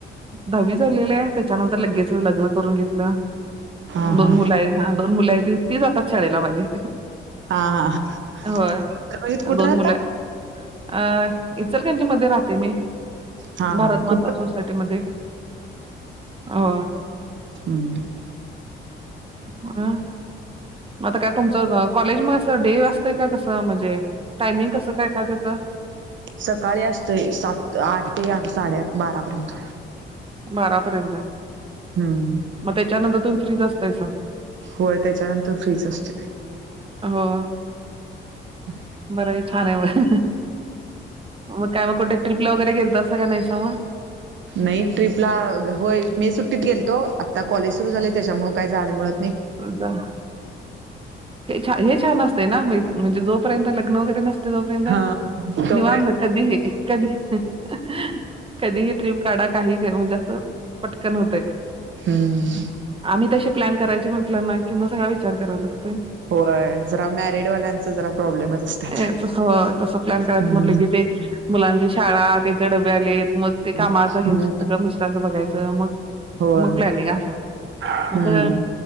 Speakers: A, on the right; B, on the right.
A: दहावी झालेले त्याच्यानंतर लगेच लग्न करून घेतलं.
B: हा
A: दोन
B: हा
A: मुल आहे हा दोन मुल हायती. ती जातात शाळेला माझी
B: हा हा
A: होय
B: इचलकरंजीत कुठं
A: दोन
B: राहता
A: मुलंय अ इचलकरंजी मध्ये रात ते मी
B: हा
A: भारत
B: हा
A: मांता
B: कुठं
A: सोसायटीमध्ये मं हो
B: हम्मं
A: अं आंता कायं तुमचं कॉलेज मंग असं डे वां असतंय कां कसं म्हणजे टायमिंग कसं कायं कां त्यांचं
B: सकाळीं असतेयं सात आठ ते साडेयां बारांपर्यंत
A: बारांपर्यंत
B: हम्म
A: मंग त्यांच्यानंतर तुम्हीं फ्रीज असतांय संग
B: होयं त्यांच्यानंतर फ्रीच असतें
A: हं
B: हं
A: बरं आहे छान आहे मं मंग कायं मंग कुठे ट्रिपला वगैरें घेल असं कां नाहीं समोरं
B: नाहीं ट्र्रीपला होयं मे सुट्टीत गेलतो आंत्ता कॉलेज सुरूं झाले त्यांच्यामुळे कायं जाणेमुळे
A: जां हे छान हे छान असतंय नां मं म्हणजे जोपर्यंत लग्नं वगैरे नसते तोपर्यंत
B: हा तोपर्यंत
A: निवांत कधीं कधीं हि कधीही ट्रीप काढां कांहीं म्हणजे असं पटकंन होतं
B: हम्मं
A: आम्हीं तसें प्लॅन करायचे म्हंटलं नां किंवा सगळ्यां विचार करायंला लागतोय
B: होय जरा मॅरिड वाल्यांच जरा प्रॉब्लेमच असतात
A: अं तं तसे प्लॅन करायचं
B: हम्म
A: म्हटलं की ते मुलांची शाळां त्यांचे डबे आलेत मंग ते
B: हम्म
A: कामाचं हेच्या सगळं मिश्रांचं बघायचं मंग
B: होय
A: मकलं मं अंसा
B: हम्म
A: मंग